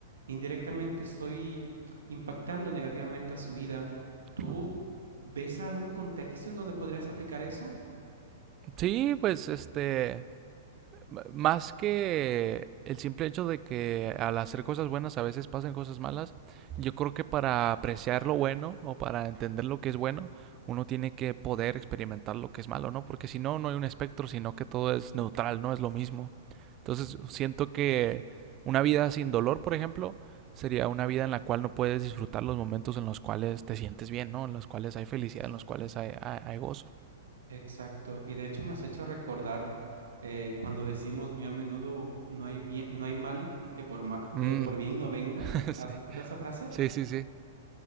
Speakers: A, on the right; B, on the right.
A: indirectamente estoy impactando negativamente a su vida. ¿Tú
B: claro.
A: ves algún contexto en donde podrías aplicar eso?
B: Sí, pues este, m- más que el simple hecho de que al hacer cosas buenas a veces pasan cosas malas, yo creo que para apreciar lo bueno o para entender lo que es bueno, uno tiene que poder experimentar lo que es malo, ¿no? Porque si no, no hay un espectro, sino que todo es neutral, no es lo mismo. Entonces, siento que una vida sin dolor, por ejemplo, sería una vida en la cual no puedes disfrutar los momentos en los cuales te sientes bien, ¿no? En los cuales hay felicidad,
A: Exacto.
B: en los cuales hay, hay- hay gozo.
A: Exacto, y de hecho me has hecho recordar eh, cuando decimos muy a menudo no hay bien, no hay mal que por ma-
B: Mm,
A: que por bien no venga.
B: <laughs> sí,
A: ¿Has escuchado esa frase?
B: sí, sí. sí.